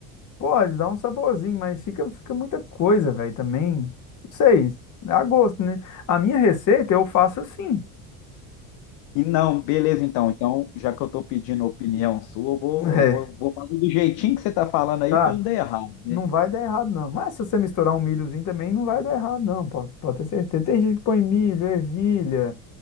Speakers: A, on the left; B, on the left.
A: pode, dá um saborzinho, mas fica, fica muita coisa, velho, também. Não sei, é a gosto, né? A minha receita eu faço assim,
B: E não, beleza, então. Então, já que eu tô pedindo a opinião sua, eu vou,
A: <laughs> é,
B: eu vou, vou fazer do jeitinho que você tá falando aí
A: tá?
B: para não dar errado. né?
A: Não vai dar errado, não. Mas se você misturar um milhozinho também, não vai dar errado, não, pode, pode ter certeza. Tem gente que põe milho, ervilha.